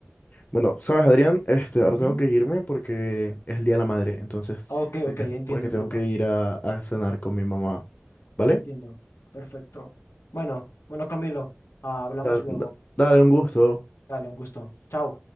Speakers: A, on the left; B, on the left.
A: Bueno, sabes, Adrián, este,
B: Ujú.
A: ahora tengo que irme porque es el Día de la Madre, entonces,
B: Ok,
A: te
B: ok,
A: dejo
B: entiendo,
A: porque
B: entiendo,
A: tengo que ir a, a cenar con mi mamá, ¿vale?
B: entiendo. Perfecto. Bueno, bueno, Camilo, ah, hablamos
A: Da-
B: luego.
A: da- dale, un gusto.
B: Dale, un gusto. Chao.